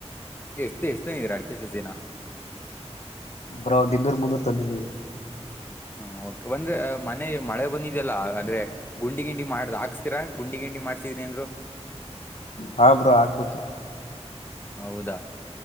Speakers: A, on the left; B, on the left.
A: ಎಷ್ಟು ಎಷ್ಟು ಇದ್ರಾ ಅಡಿಕೆ ಸಜಿನನಾ
B: ಬ್ರ ಒ್ ಇನ್ನೂರ್ ಮುನ್ನೂರು ತಂದಿದೀವಿ
A: ಹ್ಮ ಓಕೆ ಒಂದ್ರೆ ಮನೆ ಮಳೆ ಬಂದಿದಲ್ಲ ಅಂದ್ರೆ ಗುಂಡಿ ಗಿಂಡಿ ಮಾಡ್ದ್ ಹಾಕ್ಸ್ತೀರ ಗುಂಡಿ ಗಿಂಡಿ ಮಾಡ್ಸಿದೀನಿಏಂದ್ರು
B: ಹಾ ಬ್ರೋ ಆಗ್ಬದು
A: ಹೌದಾ